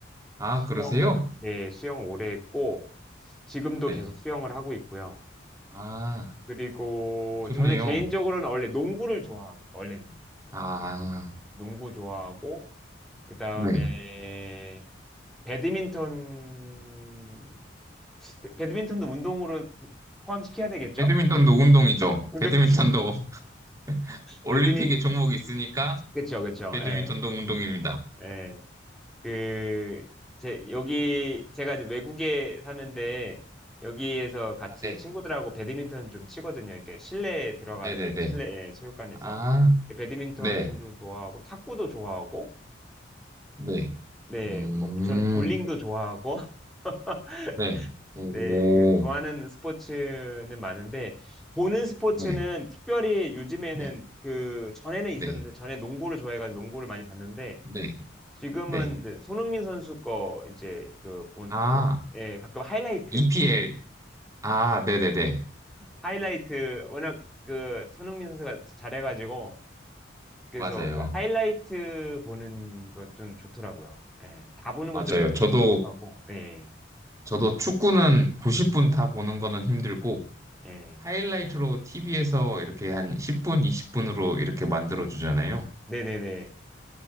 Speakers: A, on the right; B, in the centre.
A: 아,
B: 수영,
A: 그러세요?
B: 네, 수영 오래 했고, 지금도
A: 네.
B: 계속 수영을 하고 있고요.
A: 아,
B: 그리고
A: 좋네요.
B: 저는 개인적으로는 원래 농구를 좋아하고, 원래는
A: 아,
B: 농구 좋아하고, 그 다음에
A: 네.
B: 배드민턴, 배- 배드민턴도 운동으로 포함시켜야 되겠죠?
A: 배드민턴도 운동이죠.
B: <laughs> 운동,
A: 배드민턴도 <laughs> 올림픽에
B: 배드민,
A: 종목이 있으니까
B: 그쵸, 그쵸.
A: 배드민턴도
B: 예.
A: 운동입니다.
B: 예, 그, 제, 여기, 제가 이제 외국에 사는데, 여기에서 같이
A: 아, 네.
B: 친구들하고 배드민턴 좀 치거든요. 이렇게 실내에 들어가서,
A: 네네네.
B: 실내 예, 체육관에서.
A: 아,
B: 배드민턴도
A: 네.
B: 좋아하고, 탁구도 좋아하고,
A: 네.
B: 네,
A: 음,
B: 뭐, 전 볼링도 좋아하고, <laughs>
A: 네. 오,
B: 네, 그 좋아하는 스포츠는 많은데, 보는 스포츠는
A: 네.
B: 특별히 요즘에는
A: 네.
B: 그, 전에는 있었는데,
A: 네.
B: 전에 농구를 좋아해가지고 농구를 많이 봤는데,
A: 네.
B: 지금은
A: 네.
B: 이제 손흥민 선수 거 이제 그 본,
A: 아,
B: 그, 예, 가끔 하이라이트,
A: EPL. 아, 네네네.
B: 하이라이트, 워낙 그 손흥민 선수가 잘해가지고, 그래서
A: 맞아요.
B: 그 하이라이트 보는 거 좀 좋더라고요. 예, 다 보는
A: 맞아요.
B: 거 좀
A: 저도,
B: 좋아하고, 예,
A: 저도 축구는 90분 다 보는 거는 힘들고,
B: 예.
A: 하이라이트로 TV에서 이렇게 한 10분, 20분으로 이렇게 만들어 주잖아요.
B: 네네네.